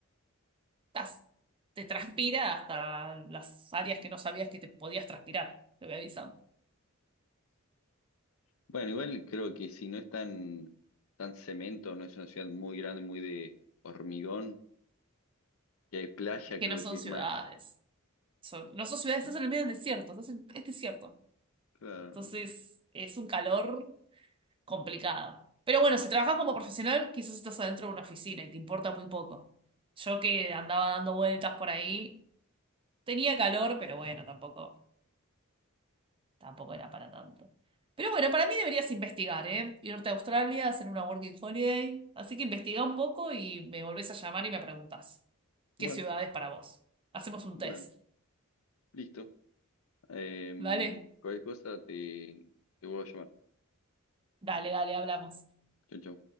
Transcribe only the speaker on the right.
estás- te transpira hasta las áreas que no sabías que te podías transpirar, te voy avisando.
Es que
no son
ciudades,
son- no son ciudades, estás
en el medio del desierto, estás en- es desierto.
Entonces es un calor complicado. Pero bueno, si trabajas como profesional, quizás estás adentro de una oficina y te importa muy poco. Yo que andaba dando vueltas por ahí, tenía calor, pero bueno, tampoco. Tampoco era para tanto. Pero bueno, para mí deberías investigar, ¿eh? Irte a Australia, hacer una working holiday. Así que investiga un poco y me volvés a llamar y me preguntás
qué ciudad es para vos. Hacemos un
test.
¿Vale?
Dale, dale, hablamos.